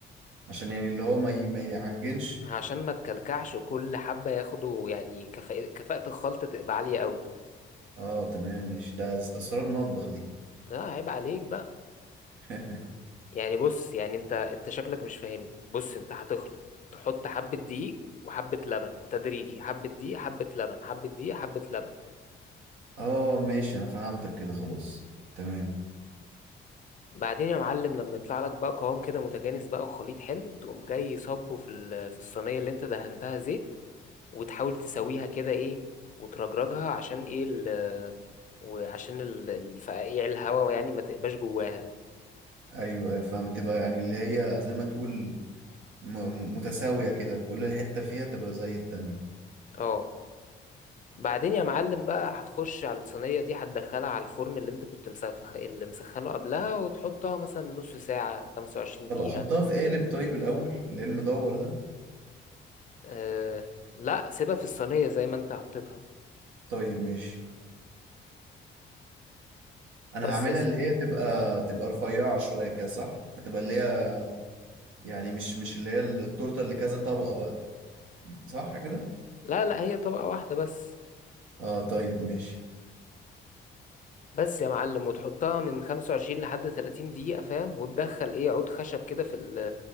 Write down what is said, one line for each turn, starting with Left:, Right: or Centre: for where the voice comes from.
Right: عشان يعني اللي هو ما ي- ما يعجنش
Left: عشان ما تكلكعش وكل حبة ياخدوا يعني كفاءة كفاءة الخلطة تبقى عالية قوي
Right: اه تمام ماشي ده أس- اسرار مطبخ دي
Left: لا عيب عليك بقى
Right: <laughs>
Left: يعني بص يعني انت انت شكلك مش فاهمني بص انت هتخلط تحط حبة دقيق وحبة لبن تدريجي حبة دقيق حبة لبن حبة دقيق حبة لبن
Right: اه ماشي انا فهمتك كده خلاص تمام
Left: بعدين يا معلم لما يطلع لك بقى قوام كده متجانس بقى وخليط حلو تقوم جاي صبه في ال- في الصينيه اللي انت دهنتها زيت وتحاول تسويها كده ايه وترجرجها عشان ايه ال وعشان ال- الفقاقيع الهواء يعني ما تبقاش جواها
Right: ايوه ايوه فهمت بقى يعني اللي هي زي ما تقول م- متساوية كده كل حتة فيها تبقى زي التانية
Left: اه بعدين يا معلم بقى هتخش على الصينيه دي هتدخلها على الفرن اللي انت كنت مسخ اللي مسخنه قبلها وتحطها مثلا نص ساعه 25
Right: طب
Left: دقيقه
Right: احطها في قالب طيب الاول اللي هي المدور ده
Left: أه لا سيبها في الصينيه زي ما انت حطيتها
Right: طيب ماشي انا
Left: بس
Right: هعملها
Left: يا سيدي
Right: اللي هي تبقى تبقى رفيعة شوية كده صح هتبقى اللي هي يعني مش مش اللي هي التورتة اللي كذا طبقة بقى صح كده
Left: لا لا هي طبقة واحدة بس
Right: اه طيب ماشي
Left: بس يا معلم وتحطها من 25 لحد 30 دقيقة فاهم وتدخل ايه عود خشب كده في ال